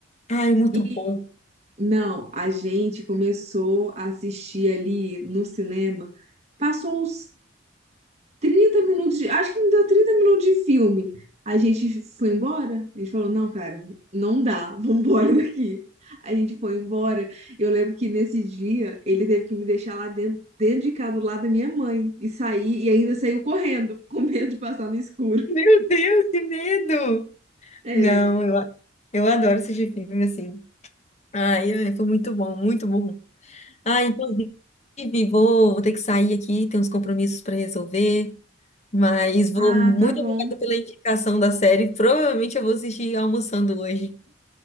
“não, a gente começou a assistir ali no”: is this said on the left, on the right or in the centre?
Right